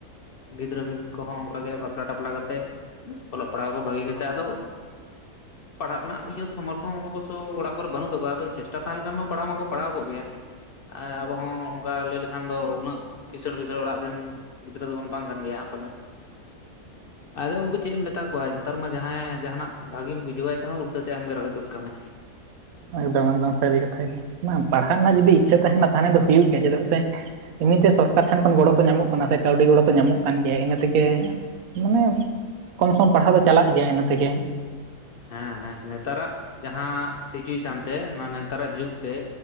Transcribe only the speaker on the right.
ᱮᱠᱫᱚᱢ ᱮᱠᱫᱚᱢ ᱥᱟᱹᱨᱤ ᱠᱟᱛᱷᱟ ᱜᱮ ᱵᱟᱝ ᱯᱟᱲᱦᱟᱜ ᱨᱮᱱᱟᱜ ᱡᱩᱫᱤ ᱤᱪᱪᱷᱟᱹ ᱛᱟᱦᱮᱱᱟ ᱛᱟᱦᱚᱞᱮ ᱫᱚ ᱦᱩᱭᱩᱜ ᱜᱮᱭᱟ ᱪᱮᱫᱟᱜ ᱥᱮ ᱮᱢᱱᱤᱛᱮ ᱥᱚᱨᱠᱟᱨ ᱴᱷᱮᱱ ᱠᱷᱚᱱ ᱜᱚᱲᱚ ᱛᱚ ᱧᱟᱢᱚᱜ ᱚᱱᱟ ᱥᱮ ᱠᱟᱹᱣᱰᱤ ᱜᱚᱲᱚ ᱫᱚ ᱧᱟᱢᱚᱜ ᱠᱟᱱ ᱜᱮᱭᱟ ᱤᱱᱟᱹ ᱛᱮᱜᱮ ᱢᱟᱱᱮ ᱠᱚᱢ ᱥᱚᱢ ᱯᱟᱲᱦᱟᱣ ᱫᱚ ᱪᱟᱞᱟᱜ ᱜᱮᱭᱟ ᱤᱱᱟᱹ ᱛᱮᱜᱮ